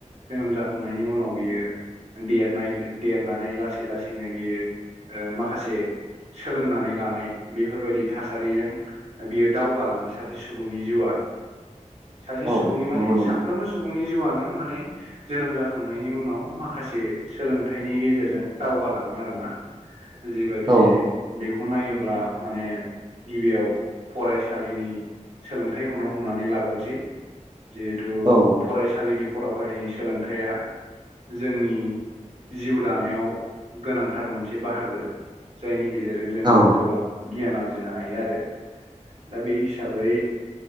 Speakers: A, on the right; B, on the right.
A: जोनोम जाखांनायनि उनाव बियो देरनाय देरनानै लासै लासैनो बियो ओ माखासे सोलोंनानै लानाय बेफोरबायदि थासारिजों बियो दावगालाङो सासे सुबुंनि जिउआ सासे
B: औ
A: सुबुंनि माने
B: नंगौ नंगौ
A: साफ्रोमबो सुबुंनि जिउआनो माने जोनोम जाखांनायनि उनाव माखासे सोलोंथाइनि गेजेरजों दावगालाङो आरोना जेबायादि
B: औ
A: बेखौ नायोब्ला माने गिबियाव फरायसालिनि सोलोंथाइखौनो हमनानै लाग्रोनोसै जिहेथु
B: औ
A: फरायसालिनि फराफारिनि सोलोंथाइया जोंनि जिउ दानायाव गोनांथार मोनसे बाहागो जायनि गेजेरजों जों
B: औ
A: गोबां गियान आरजिनो हायो आरो दा बे हिसाबै